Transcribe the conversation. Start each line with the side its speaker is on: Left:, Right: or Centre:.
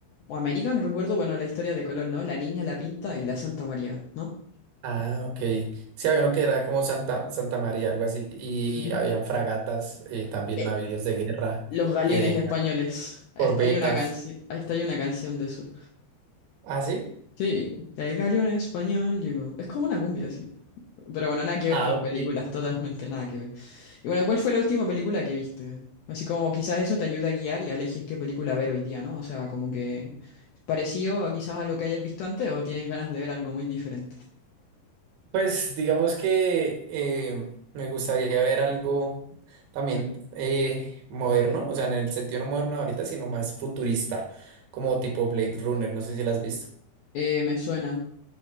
Left: a América, no recuerdo, bueno, la historia de Colón, ¿no? La Niña, la Pinta y la Santa María, ¿no?
Right: Ah, ok. Sí, había uno que era como Santa, Santa María, algo así, y
Left: Ujú.
Right: habían fragatas, eh, también
Left: Eh,
Right: navíos de guerra,
Left: Los galeones
Right: eh,
Left: españoles. Hasta
Right: corbetas.
Left: hay una canción, hasta hay una canción de eso.
Right: ¿Ah, sí?
Left: Sí, el galeón español digo, Es como una cumbia, sí. Pero bueno, nada que ver
Right: Ah,
Left: con
Right: ok.
Left: películas, totalmente nada que ver. Y bueno, ¿cuál fue la última película que viste? Así como quizás eso te ayuda a guiar y a elegir qué película ver hoy día, ¿no? O sea, como que parecido a quizás a lo que hayas visto antes o tienes ganas de ver algo muy diferente.
Right: Pues digamos que eh, me gustaría ver algo también eh, moderno, o sea, en el sentido no moderno ahorita, sino más futurista, como tipo Blade Runner, no sé si la has visto.
Left: Eh, me suena.